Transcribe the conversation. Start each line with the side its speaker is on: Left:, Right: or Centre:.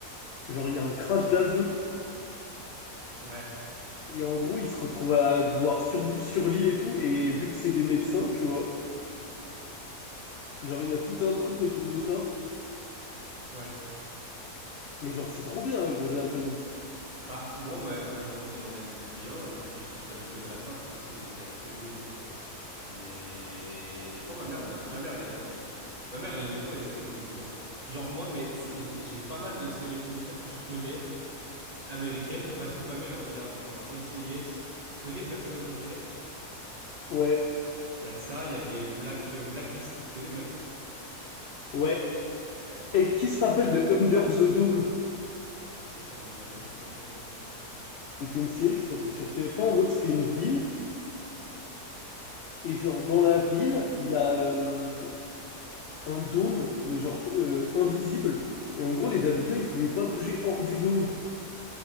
Left: genre il y a un crash d'avion
Right: Ouais,
Left: Et en gros, ils se retrouvent à devoir survivre sur l'île et tout. Et vu que c'est des médecins, tu vois, genre, il y a tout un truc autour de ça.
Right: ouais.
Left: Mais genre, c'est trop bien, hein, Grey's Anatomy.
Right: Bah, moi, on m'a- on m'en on m'en a déduit bien, et puis ça m'étonnerait pas parce que c'est une série connue et tout. hein. Mais je crois que ma mère n'a jamais regardé quand j'étais petit. Ma mère, elle aimait trop les séries policières. Genre, moi, mais c'est les- j'ai pas mal de séries policières que je connais. américaine parce que ma mère, elle regardait. Genre NCIS. Tu connais Person of Interest?
Left: Ouais,
Right: Il y a ça, il y avait Black, euh, Blacklist. Tu connais Blacklist?
Left: ouais.
Right: Il y avait ça,
Left: Et
Right: qu'est-ce
Left: qui se
Right: qu'il
Left: rappelle
Right: y avait?
Left: de Under the Dome?
Right: Ça, ça ne me dit rien. C'est quoi Under the... Dome
Left: C'était une série qui sortait sur TF1. En mode, c'était une ville. Et genre, dans la ville, il y a euh, un dôme, mais genre t- euh, invisible. Et en gros, les habitants, ils pouvaient pas bouger hors du dôme.